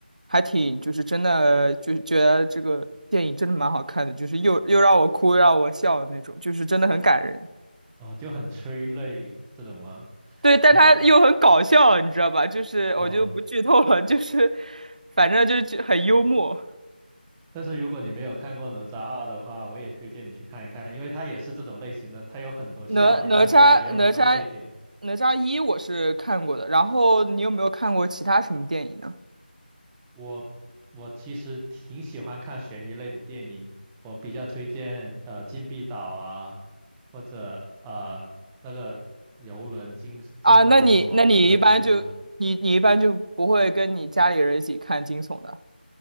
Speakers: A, on the right (about 50°); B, in the centre.
A: 还挺，就是真的，就是觉得这个电影真的蛮好看的，就是又又让我哭，又让我笑的那种，就是真的很感人。
B: <laughs> 哦，就很催泪这种啊。
A: 对，
B: <laughs>
A: 但他又很搞笑，你知道吧？就是我就不剧透了，
B: 哦，
A: <laughs> 就是反正就是很幽默。
B: 但是如果你没有看过《哪吒二》的话，我也推荐你去看一看，因为它也是这种类型的，它有很多笑点，
A: 哪哪吒哪吒
B: 但是也有很多泪点。
A: 哪吒一我是看过的，然后你有没有看过其他什么电影呢？
B: 我我其实挺喜欢看悬疑类的电影，我比较推荐呃《禁闭岛》啊，或者呃那个游轮惊惊魂还是什么，
A: 啊，那你那你一般就你你一般就不会跟你家里人一起看惊悚的？
B: 我不太记得了。